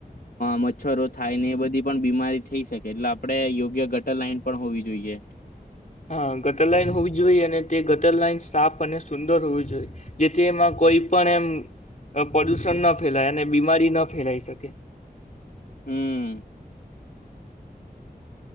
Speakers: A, on the left; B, on the left.
A: મચ્છરો થાય ને એ બધી પણ બીમારી થઈ શકે એટલે આપણેે યોગ્ય ગટર લાઈન પણ હોવી જોઈએ.
B: હા ગટર લાઈન હોવી જોઈએ અને તે ગટર લાઈન સાપ અને સુંદર હોવી જોઈ જેથી એમાં કોઈ પણ એમ પદુષણ ના ફેલાય અને બીમારી ન ફેલાઈ શકે.
A: હમ્મ.